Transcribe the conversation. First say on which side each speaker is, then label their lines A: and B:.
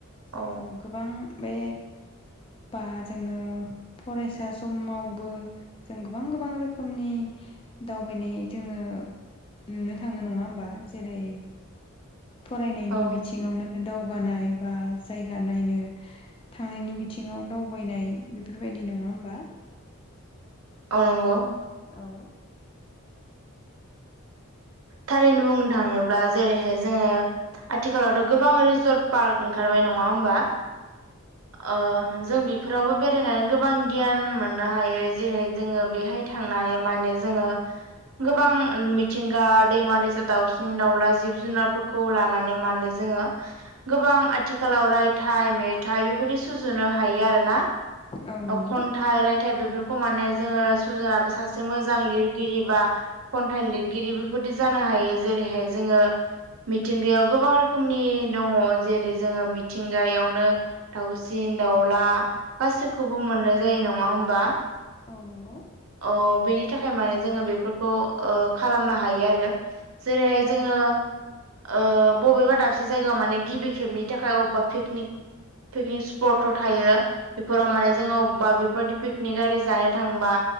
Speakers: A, on the left; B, on the right.
A: जोङो
B: औ
A: गोबां बे बा जोङो फरायसा समावबो जों गोबां गोबां रोखोमनि दावबायनाय जोङो नुनो थाङो नङा होमबा जेरै फरायनायनि
B: औ
A: बिथिङावनो दावगानाय बा जायगा नायनो थांनायनि बिथिङाव दावबायनाय बेफोरबायदि नङा होमबा।
B: औ नंगौ।
A: औ
B: थारैनो बुंनो थाङोब्ला जेरैहाय जोङो आथिखालावथ' गोबां रिजर्ट पार्क ओंखारबाय नङा होमबा। ओ जों बेफ फोरावबो बेरायनानै गोबां गियान मोननो हायो जेरै जोङो बेहाय थांनानै माने जोङो गोबां मिथिंगा दैमा दैसा, दाउसिन दाउला, जिब जुनारफोर खौ लानानै मानो जोङो गोबां आथिखालाव रायथाइ मेथ थाइ बेफोरदि सुजुनो हायो आरोना,
A: औ नंगौ
B: खन्थाइ रायथाय बेफोर माने जोङो सुजायाबो सासे मोजां लिरगिरि बा खन्थाइ लिरगिरि बेफोरदि जानो हायो जेरैहाय जोङो मिथिंगायाव गोबां रो रोखोमनि दङ जेरै जोङो मिथिंगायावनो ओ दाउसिन दाावला गासैखौबो मोननाय जायो नङा होमबा।
A: ओ नंगौ।
B: अ बेनि थाखाय माने जोङो बेफोरखौ ओ खालामनो हायो आरो। जेरैहाय जोङो ओ बबेबा दाबसे जायगायाव माने गिबि खेबनि थाखाय अबेबा पिकनिक पिकनिक स्पटफोर थायो बेफोराव माने जोङो अबबा बेफोरबायदि पिकनिक आरि जानो थांबा